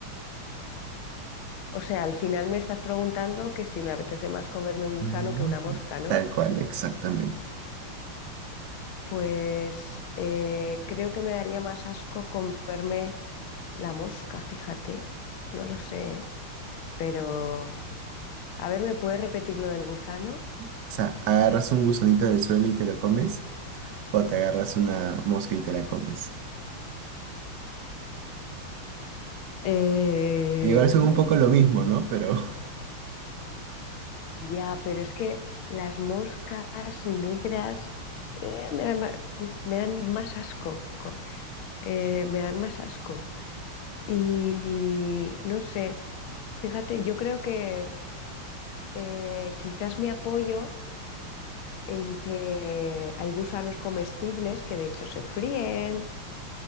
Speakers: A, on the left; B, on the right.
A: O sea, al final me estás preguntando que si me apetece más comerme un gusano
B: Mm,
A: que una mosca, ¿no?
B: Tal cual, exactamente.
A: Pues eh, creo que me daría más asco comerme la mosca, fíjate. No lo sé, pero... A ver, ¿me puedes repetir lo del gusano?
B: O sea, agarras un gusanito del suelo y te lo comes o te agarras una mosca y te la comes.
A: Eh,
B: Igual
A: buf,
B: son un poco lo mismo, ¿no? Pero
A: Ya, pero es que las moscas negras eh, me dan, ma- uf, me dan más asco. co- eh, me dan más asco. Y no sé, fíjate, yo creo que eh, quizás me apoyo en que hay gusanos comestibles que de hecho se fríen